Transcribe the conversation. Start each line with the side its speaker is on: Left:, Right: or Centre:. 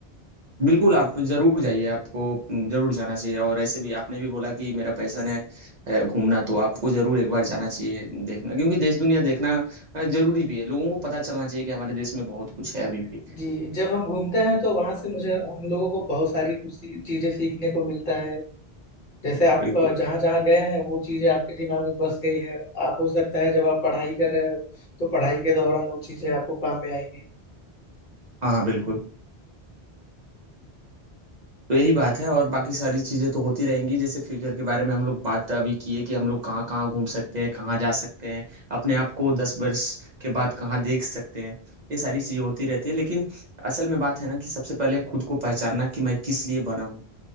Right: बिल्कुल आप जरूर जाइए आपको जरूर जाना चाहिए और ऐसे भी आपने भी बोला कि मेरा पैशन है है घूमना तो आपको जरूर एक बार जाना चाहिए देखना क्योंकि देश दुनिया देखना अ, जरूरी भी है लोगों को पता चलना चाहिए कि हमारे देश में बहुत कुछ है अभी भी
Left: जी जब हम घूमते हैं तो वहां से मुझे हम लोगों को बहुत सारी कुछ सी- चीजें सीखने को मिलता है जैसे आप
Right: बिल्कुल
Left: अ, जहाँ जहाँ गए हैं वो चीजें आपके दिमाग में बस गई है आप हो सकता है जब आप पढ़ाई कर रहे हो तो पढ़ाई के दौरान वो चीजें आपको काम में आएंगी
Right: हाँ हाँ बिल्कुल तो यही बात है और बाकी सारी चीज़ें तो होती रहेंगी जैसे फ्यूचर के बारे में हम लोग बात अभी किए कि हम लोग कहाँ कहाँ घूम सकते हैं कहाँ जा सकते हैं अपने आप को दस वर्ष के बाद कहाँ देख सकते हैं ये सारी चीज़ें होती रहती है लेकिन असल में बात है ना कि सबसे पहले खुद को पहचानना कि मैं किस लिए बना हूँ